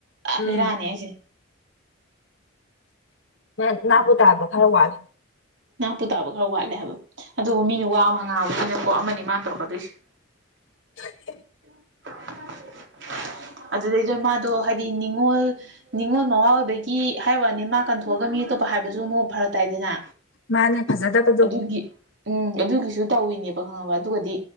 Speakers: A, on the left; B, on the right.
A: ꯎꯝ
B: ꯕꯦꯔꯥꯅꯦ ꯍꯥꯏꯁꯤꯅꯤ
A: <unintelligible>
B: ꯅꯥ ꯄꯨ ꯇꯥꯕ ꯈꯔ ꯋꯥꯠꯂꯦ ꯍꯥꯏꯕ ꯑꯗꯨꯕꯨ ꯃꯤꯅ ꯋꯥ ꯑꯃ ꯍꯪꯉꯥꯡꯕꯅꯤꯅꯀꯣ ꯑꯃꯅꯤ ꯃꯥꯅ ꯇꯧꯔꯛꯀꯗꯣꯏꯁꯤ <inaudible>
A: <inaudible>
B: <inaudible> ꯑꯗꯨꯗꯩꯗꯣ ꯃꯥꯗꯣ ꯍꯥꯏꯗꯤ ꯅꯤꯡꯉꯣꯜ ꯅꯤꯡꯉꯣꯜ ꯃꯋꯥꯥ ꯑꯣꯏꯕꯒꯤ ꯍꯥꯏ ꯋꯥꯅꯤ ꯃꯥ ꯀꯟꯊꯣꯑꯒ ꯃꯤ ꯑꯇꯣꯞꯄ ꯍꯥꯏꯕꯁꯨ ꯃꯨ ꯐꯔꯛ ꯇꯥꯏꯗꯅ
A: ꯃꯥꯅꯦ ꯐꯖꯗꯕꯗꯣ
B: ꯑꯗꯨꯒꯤ ꯎꯝ ꯑꯗꯨꯒꯤꯁꯨ ꯇꯧꯏꯅꯦꯕ ꯈꯪꯉꯕ ꯑꯗꯨꯒꯗꯤ